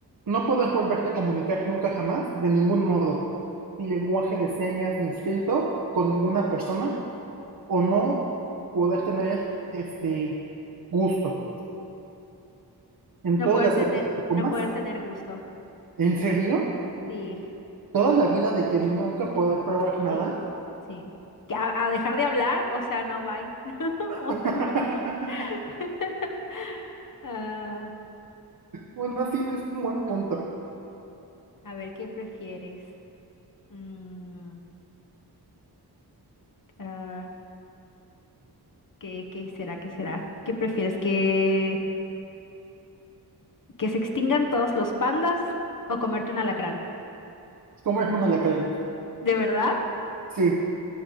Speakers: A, on the right; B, on the left.
A: no podrás volverte a comunicar nunca jamás, de ningún modo, ni lenguaje de señas, ni escrito, con ninguna persona, o no podrás tener este gusto en
B: No
A: todas
B: poder
A: las
B: tener,
A: comidas que comas.
B: no poder tener gusto.
A: ¿En serio?
B: Sí,
A: ¿Toda la vida de que nunca podrás probar nada?
B: sí, sí. ¿Que ¿A, a dejar de hablar? O sea, no, bye. <laughs> O
A: <laughs>
B: no. <laughs> Ah,
A: Bueno, sí, es un buen punto.
B: a ver, ¿qué prefieres? Mm, ah, ¿qué, qué será? ¿Qué será? ¿Qué prefieres? ¿Que ¿Que se extingan todos los pandas o comerte un alacrán?
A: Es como hermano la cara.
B: ¿De verdad?
A: Sí,